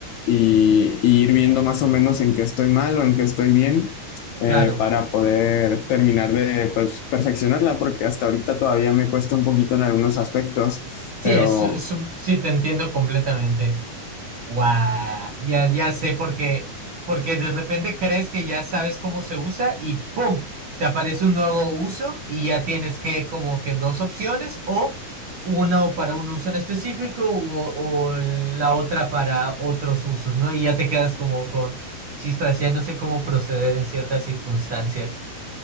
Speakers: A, on the left; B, on the right.
A: y, y ir viendo más o menos en qué estoy mal o en qué estoy bien eh,
B: claro.
A: para poder terminar de pues, perfeccionarla, porque hasta ahorita todavía me cuesta un poquito en algunos aspectos,
B: Sí,
A: pero
B: es, es un- sí, te entiendo completamente. Guau, ya, ya sé por qué. Porque de repente crees que ya sabes cómo se usa y ¡pum! Te aparece un nuevo uso y ya tienes que como que dos opciones o uno para un uso en específico o, o la otra para otros usos, ¿no? Y ya te quedas como con chispas, ya no sé cómo proceder en ciertas circunstancias.